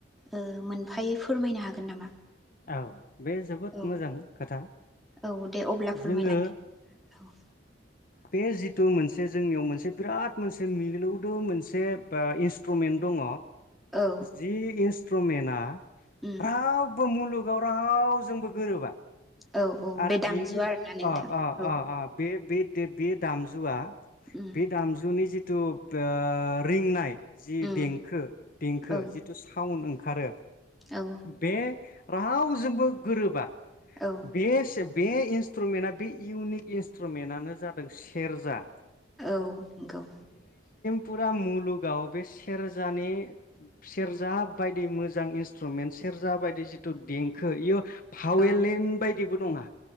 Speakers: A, in the centre; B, on the left.
A: ओ मोनफायै फोरमायनो हागोन नामा?
B: औ बे जोबोद
A: औ
B: मोजां खोथा
A: औ दे अब्ला फोरमायलांदो।
B: जोङो
A: औ
B: बे जिथु मोनसे जोंनियाव मोनसे बिराद मोनसे मिलौदो मोनसे इन्सट्रुमेन्ट दङ
A: औ औ
B: जि इस प्रमेना
A: उम
B: रावबो मुलुग गाव राव जोंबो गोरोबा
A: औ औ
B: आरो
A: बे दामजु
B: बिनि
A: आरोना नोंथां
B: आ आ
A: औ
B: आ बे बे ए बे दामजुआ
A: उम
B: बे दामजुनि जि थु बा ओ रिंनाय जि
A: उम
B: देंखो देंखो
A: औ
B: जिथु साउड ओं खारो
A: औ
B: बे रावजोंबो गोरोबा
A: औ
B: बे से बे इन्सट्रुमेन्टआ बे इउनिक इन्सट्रुमेन्टानो जादों सेरजा।
A: औ नंगौ।
B: पुरा मुलुगाव बे सेरजानि सेरजा बायदि मोजां इन्स ट्रुमेन्ट सेरजा बायदि जिथु देंखो इयो पावेलेण्ड
A: औ
B: बायदि नङा